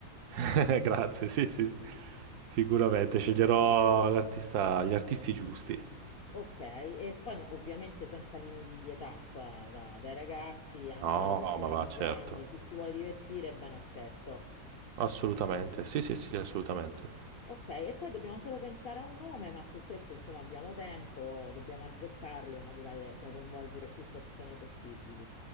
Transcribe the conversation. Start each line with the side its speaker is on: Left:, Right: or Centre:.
Right: <laughs> Grazie, sì, sì, sì. Sicuramente sceglierò l'artista, gli artisti giusti.
Left: Ok, e poi no, ovviamente senza limiti di età, cioè da- dai ragazzi anche
Right: No,
Left: alle persone
Right: ma
Left: più
Right: va, certo.
Left: grandi, chi si vuole divertire, ben accetto.
Right: Assolutamente, sì, sì, sì, assolutamente.
Left: Ok, e poi dobbiamo solo pensare a un nome, ma su questo insomma abbiamo tempo, dobbiamo azzeccarlo in modo tale da coinvolgere più persone possibili.